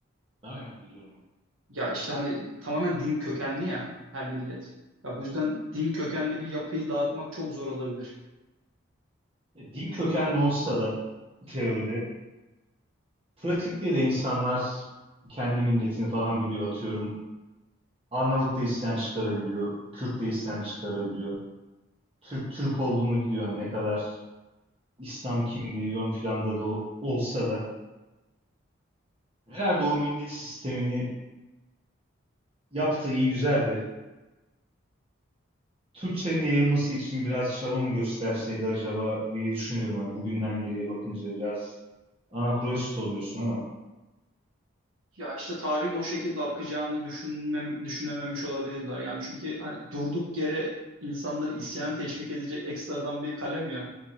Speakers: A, on the right; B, on the right.
A: Aynen biliyorum onu.
B: Ya işte hani tamamen din kökenli ya her millet. Ya bu yüzden din kökenli bir yapıyı dağıtmak çok zor olabilir.
A: E, Din kökenli olsa da teoride, pratikte de insanlar kendi milletini falan biliyor atıyorum. Arnavut da isten çıkarabiliyor, Kürt de isten çıkarabiliyor. Türk Türk olduğunu biliyor yani ne kadar İslam kimliği ön planda da o- olsa da. Herhalde o millet sistemini yaptı iyi güzel de Türkçenin yayılması için biraz çaba mı gösterseydi acaba diye düşünüyorum. Hani bugünden geriye bakınca biraz anakronist oluyorsun ama.
B: Ya işte tarihin o şekilde akacağını düşünmem, düşünememiş olabilirler. Yani çünkü hani durduk yere insanları isyan teşvik edecek ekstradan bir kalem ya.